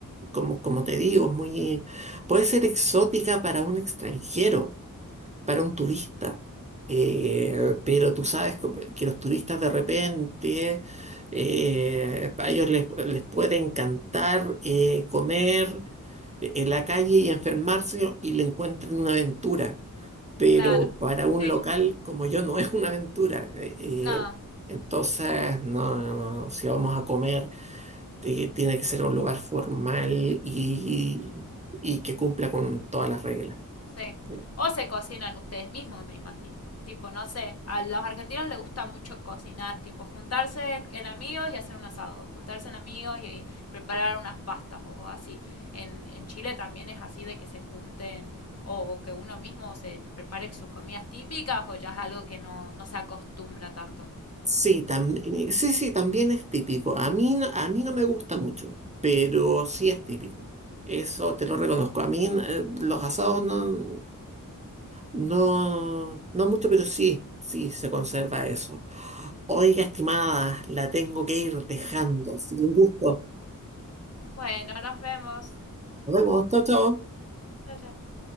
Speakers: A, on the right; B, on the left.
A: como, como te digo, es muy, puede ser exótica para un extranjero, para un turista, Eh, pero tú sabes co- que los turistas de repente, eh, a ellos les, les puede encantar eh, comer en la calle y enfermarse y le encuentran una aventura pero
B: Claro,
A: para un
B: sí,
A: local como yo no es una aventura. Eh, eh,
B: no,
A: entonces, no, no, no, si vamos a comer, eh, tiene que ser un lugar formal y, y que cumpla con todas las reglas.
B: sí.
A: Eh,
B: O se cocinan ustedes mismos, me imagino. Tipo, no sé, a los argentinos les gusta mucho cocinar, tipo, juntarse en amigos y hacer un asado, juntarse en amigos y, y preparar unas pastas o así. En, en Chile también es así de que se junten o, o que uno mismo se prepare sus comidas típicas o ya es algo que no, no se acostumbra tanto.
A: Sí, también, sí, sí, también es típico. A mí, no- a mí no me gusta mucho, pero sí es típico. Eso te lo reconozco. A mí eh, los asados no, no, no mucho, pero sí, sí se conserva eso. Oiga, estimada, la tengo que ir dejando. Ha sido un gusto.
B: Bueno, nos vemos.
A: Nos vemos. Chao, chao.
B: Chao, chao.